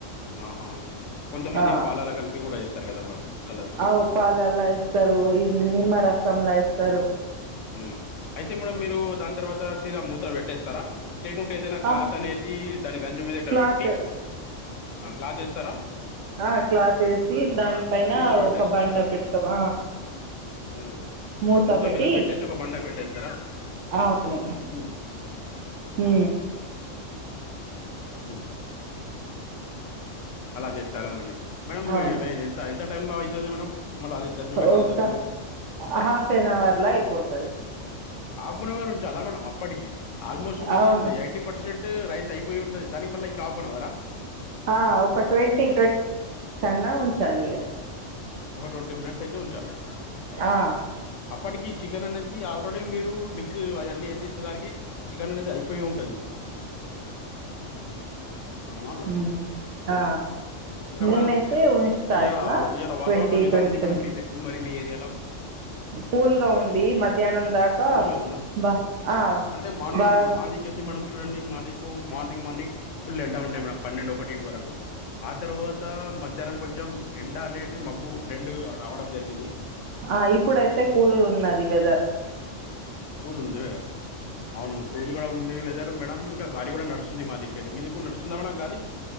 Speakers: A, on the left (about 75°); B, on the right (about 70°).
A: ఆహా కొంతమంది
B: ఆ
A: పాలలా కలిపి కూడా వేస్తారు కదా మేడం ఫుడ్ కలర్
B: అవు పాలలా వేస్తారు నిమ్మర రసం లా వేస్తారు
A: హు అయితే మేడమ్ మీరు దాని తర్వాత చికెన్ మూతా పెట్టేస్తారా, లేకుంటే ఏదైనా క్లాత్
B: ఆ
A: అనేది దాని గంజు మీద ఇట్లా
B: క్లాత్
A: పెట్టి క్లాత్ వేస్తారా
B: ఆ క్లాత్ వేసి దాని పైన
A: మూత పెట్టేస్తారు
B: ఒక బండ పెడతామ
A: ఉమ్.
B: మూత పెట్టి
A: మీద పెట్టేసి ఒక బండ పెట్టేస్తారా
B: అవును
A: ఉమ్,
B: ఉ
A: ఉ అలా చేస్తారానండి మేడం
B: అవును.
A: మీ ఎంత ఎంత టైమ్లా అయితది మేడం మళ్ళీ అది గంజు పెట్టిన
B: ఒక
A: తర్వాత మీరు
B: హాఫ్ అన్ అవర్లో అయిపోతది,
A: హాఫ్ అన్ అవర్ ఉంచాలా మేడం అప్పటికి ఆల్మోస్ట్ మీది
B: అవును.
A: ఎయిటీ పర్సెంట్ రైస్ అయిపోయి ఉంటది, దానికి మళ్ల ఇంకా హాఫ్ అన్ అవరా
B: ఆ ఒక ట్వంటీ ట్వంటీ మినిట్స్ అన్నా ఉంచాలి ఇగ
A: ఒక ట్వంటీ మినిట్స్ అయితే ఉంచాలి,
B: ఆ!
A: అప్పటికి చికెన్ అనేది ఆల్ ఆల్రెడీ మీరు మిక్స్ అవన్నీ వేసేసేసరికి చికెన్ వండితే అయిపోయి ఉంటది. అవునా మేడం
B: ఉం ఆ
A: ఇంకా
B: నేనైతే
A: మేడం
B: ఉంచుతా
A: ఇయాల
B: ఇట్లా
A: ఇయాల వాతావరణం
B: ట్వంటీ
A: ఎలా
B: ట్వంటీ
A: ఉంది మేడం మీ దిక్కు మరి మీ ఏరియాలో
B: కూల్గా ఉండి మధ్యానం దాకా
A: కూల్గా ఉందా
B: బ ఆ
A: అంటే మార్నింగ్
B: బాగా
A: మాదికైతే మేడం చూడండి మాదికు మార్నింగ్ మార్నింగ్ ఫుల్ ఎండ ఉండే మేడం పన్నెండు ఒకటి ఇంటి వరకు ఆ తర్వాత మ ధ్యానం కొంచెం ఎండ అనేటి మబ్బు రెండు రావడం జరిగింది
B: ఆ ఇప్పుడైతే కూల్గా ఉన్నది వెదర్
A: కూల్ ఉంది అవును కూల్గా ఉంది వెదర్ మేడం ఇంకా గాలి కూడా నడుస్తుంది, మా దికై తే మీ దిక్కు కూడా నడుస్తుంది, మేడం గాలి